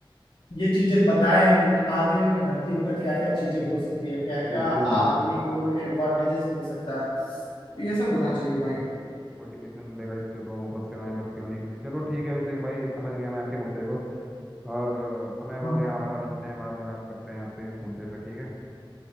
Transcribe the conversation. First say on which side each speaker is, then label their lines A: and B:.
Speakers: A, on the left; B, in the centre.
A: ये चीजें बताएं कि आर्मी में भर्ती होकर क्या क्या चीजें हो सकती है क्या क्या
B: बिल्कुल बिल्कुल
A: आदमी को एडवांटेजेस मिल सकता है
B: बिल्कुल
A: ये सब
B: सही
A: होना
B: बोला
A: चाहिए भाई
B: मोटिवेशन मिलेगा इससे लोगों को सेना में भर्ती होने के लिए चलो ठीक है अभिषेक भाई ये समझ गया मैं आपके मुद्दे को और अ, समय
A: हाँ
B: हो गया हमारा मिलते हैं बाद में बात करते हैं आपसे इस मुद्दे पे ठीक है